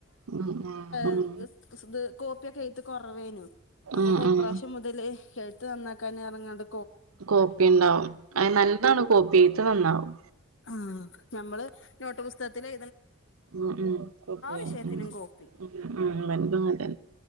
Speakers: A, on the right; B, on the left.
A: ഉം ഉം
B: <inaudible> കോപ്പിയക്കെ കുറവേനു അപ്പപ്പോൊ
A: ഉം ഉം
B: ഇപ്രാവശ്യം മുതൽ എഴത്ത് നന്നാക്കാന ർഞ്ങ്ങണ്ട
A: കോപ്പി ഉണ്ടാവും അത് നല്ലതാണ് കോപ്പി ചെയ്ത് നന്നാവും
B: ആഹ നഞമ്മള് നോട്ടപുസ്തകത്തില്
A: ഉ ഉക്ക ഉ
B: വിഷയത്തിനും കോപ്പി
A: ഉ വഭങ്ങതന്നെ